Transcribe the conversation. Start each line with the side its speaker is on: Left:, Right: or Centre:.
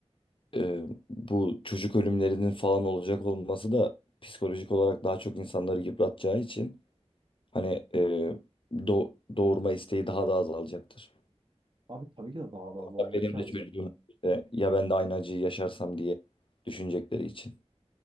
Left: e, bu çocuk ölümlerinin falan olacak olması da psikolojik olarak daha çok insanları yıpratacağı için hani e, do- doğurma isteği daha da azalacaktır.
Right: Abi tabii ki de daha da az olacak
Left: Ya Benim
Right: ya.
Left: de
Right: z-
Left: çocuğum işte, ya ben de aynı acıyı yaşarsam diye düşünecekleri için.